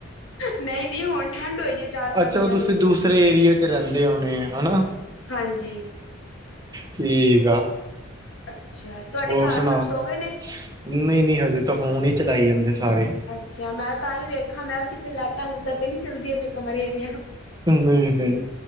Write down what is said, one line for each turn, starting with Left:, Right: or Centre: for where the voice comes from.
Left: ਨਈਂ-ਨਈਂ ਹੁਣ ਠੰਡ ਹੋਈ ਦੀ ਚਾਰ ਪੰਜ
Right: ਅੱਛਾ
Left: ਦਿਨਾਂ
Right: ਓ ਤੁਸੀਂ
Left: ਤੋਂ ਉੱਥੇ
Right: ਦੂਸਰੇ ਏਰੀਏ ਚ ਰੈਂਦੇ ਹੋਣੇ ਹਨਾ।
Left: ਹਾਂਜੀ।
Right: ਠੀਕ ਆ।
Left: ਅੱਛਾ। ਤੁਹਾਡੇ
Right: ਹੋਰ
Left: ਘਰ
Right: ਸੁਣਾਓ,
Left: ਸਭ ਸੋ ਗਏ ਨੇ
Right: ਨਈਂ-ਨਈਂ ਹਜੇ ਤਾਂ ਫੋਨ ਈ ਚਲਾਈ ਜਾਂਦੇ ਸਾਰੇ।
Left: ਅੱਛਾ ਮੈਂ ਤਾਂ ਈ ਵੇਖਾਂ, ਮੈਂ ਕਿੱਥੇ ਲਾਈਟਾਂ-ਲੂਟਾਂ ਤੇ ਨੀਂ ਚੱਲਦੀਆਂ ਪਈਆ ਕਮਰੇ ਦੀਆਂ।
Right: ਓ ਨਈਂ-ਨਈਂ।